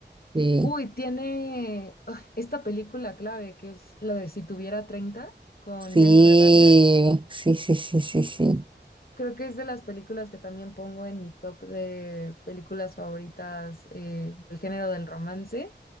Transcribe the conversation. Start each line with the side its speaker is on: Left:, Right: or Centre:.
Right: Sí,
Left: uy, tiene ah, esta película clave que es la de Si tuviera treinta con
Right: sí,
Left: Jennifer Garner.
Right: sí, sí, sí, sí, sí.
Left: Creo que es de las películas que también pongo en mi top de películas favoritas eh, del género del romance.